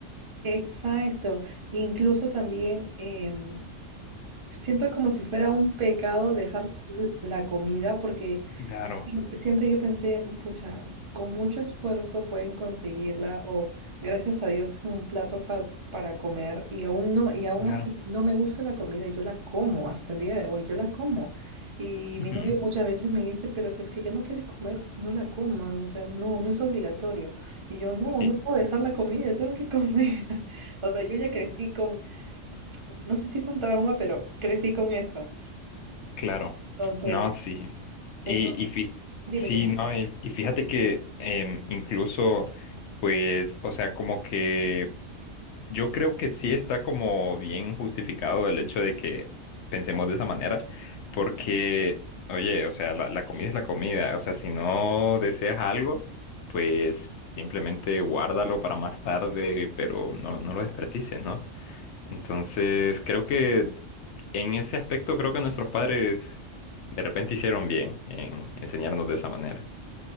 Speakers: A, on the right; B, on the left.
A: Exacto. Incluso también em, Siento como si fuera un pecado dejar l- la comida porque
B: Claro,
A: siempre siempre yo pensé, pucha, con mucho esfuerzo pueden conseguirla o gracias a Dios tengo un plato pa- para comer y aún no, y aún
B: claro.
A: así no me gusta la comida y yo la como hasta el día de hoy, yo la como. Y
B: Ujú,
A: mi novio muchas veces me dice, pero si es que ya no quieres comer, no la comas, o sea, no, no es obligatorio. Y yo, no,
B: Sí,
A: no puedo dejar la comida, tengo que comer. <laughs> O sea, yo ya
B: sí,
A: crecí con, no sé si es un trauma, pero crecí con eso.
B: claro.
A: Entonces,
B: No, sí. Y,
A: entonces,
B: y fi-
A: dime,
B: sí,
A: dime.
B: no, y, y fíjate que em, incluso, pues, o sea, como que Yo creo que sí está como bien justificado el hecho de que pensemos de esa manera, porque, oye, o sea, la, la comida es la comida, o sea, si no deseas algo, pues simplemente guárdalo para más tarde, pero no, no lo desperdicies, ¿no? Entonces, creo que en ese aspecto, creo que nuestros padres de repente hicieron bien en enseñarnos de esa manera.